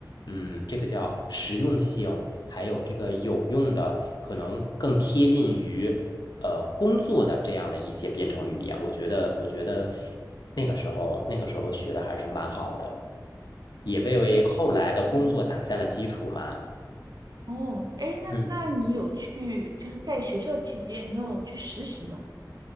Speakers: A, on the left; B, on the right.
A: 嗯，这个叫实用性，还有这个有用的，可能更贴近于。呃工作的这样的一些编程语言，我觉得我觉得那个时候那个时候学的还是蛮好的，也为为后来的工作打下了基础嘛。
B: 诶，说到这里，哦，诶，那那你有去，
A: 嗯，
B: 就是在学校期间，你有去实习吗？